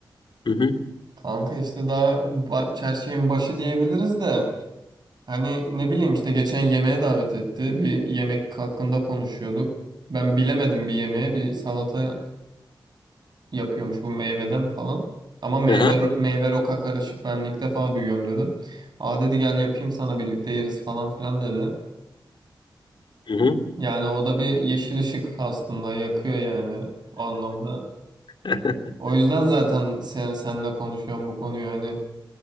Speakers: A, on the left; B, on the right.
A: Hı hı.
B: Kanka işte daha ba- her şeyin başı diyebiliriz de hani ne bileyim işte geçen yemeğe davet etti. Bir yemek hakkında konuşuyorduk. Ben bilemedim bir yemeğe bir salata yapıyormuş bu meyveden falan. Ama meyve
A: Aha.
B: meyve roka karışık ben ilk defa duyuyorum dedim. Aa dedi gel yapayım sana birlikte yeriz falan filan dedi.
A: Hı hı.
B: Yani o da bir yeşil ışık aslında yakıyor yani o anlamda.
A: <laughs>
B: O yüzden zaten sen, senle konuşuyorum bu konuyu hani